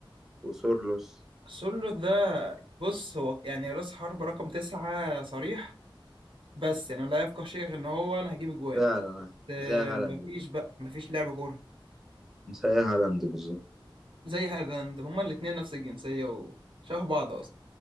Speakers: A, in the centre; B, on the right.
A: وسورلوس
B: سولو ده بص هو يعني راس حرب رقم تسعة صريح بس يعني لا يفقه شيء غير ان هو انا هجيب اجوان
A: فعلا آه.
B: آه
A: زي هالاند
B: مفيش
A: كده
B: بقى مفيش لعب كورة
A: زي هالاند بالظبط
B: زي هالاند هما الاتنين نفس الجنسية وشبه بعض اصلا